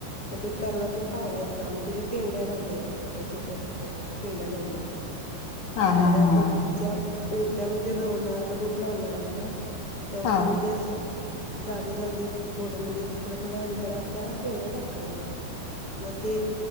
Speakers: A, on the left (about 35°); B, on the left (about 55°).
A: मग ते तरवा तो काढाय <unintelligible> तेज्या पेंड्या बांधयच्या छोट्या, छोट्या, छोट्या अश्या पेंड्या बांधायच्या.
B: हा हा
A: आणि आपण
B: हा
A: ज्या ओप्यामध्ये रोवणार रोप लावणार आहे ना? ते
B: हा
A: म्हणजे असं जागोजगी थोडं म्हणजे थोड्या, थोड्या अंतरावर त्या पेंड्या टाकायच्या. म ते